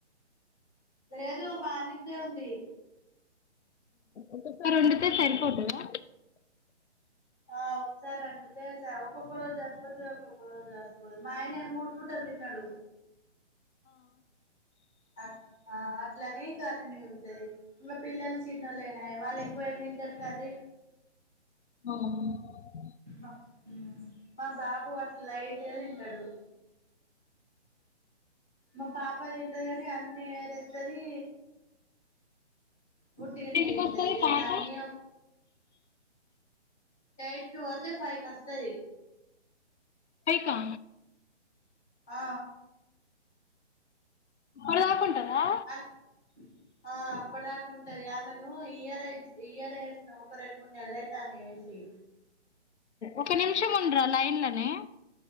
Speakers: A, in the centre; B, on the left (about 75°).
A: లేదూ మార్నింగ్దే ఉంది
B: ఒక్కసారొండుతే సరిపోతదా
A: ఆ ఒక్సారొండుతే స ఒక్కొక్క రోజు జరిపోతది ఒక్కొక్క రోజు జరిపోదు మా ఆయనె మూడు పుటలు తిన్నడూ అట్ ఆ అట్లని కర్రీ మిగులుతది ఇగ పిల్లలు చిన్నోళ్లేనాయే వాళ్లెక్కువ ఏం దింటరు కర్రీ
B: <inaudible>
A: మ మా బాబు అట్ల లైట్ గ తింటడు మా పాప తింటది గని అన్నీ ఏరేత్తదీ వుట్టిగనే
B: ఇంటికి
A: తింటది
B: వస్తుంది
A: ఇగ
B: పాట
A: నా నేను టైట్కి పోతే ఫై కస్తది
B: ఫై కా
A: ఆ
B: ఇప్పుడు దాకా ఉంటుందా
A: అన్ ఆ అప్పుడ్ దా ఉంటది ఆమెనూ ఈ ఇయరే ఇయరే ఏసినం ఒక్క రెండ్ మూడ్ నెల అయితాంది ఏసి
B: ఒక నిమిషం ఉండురా లైన్లనే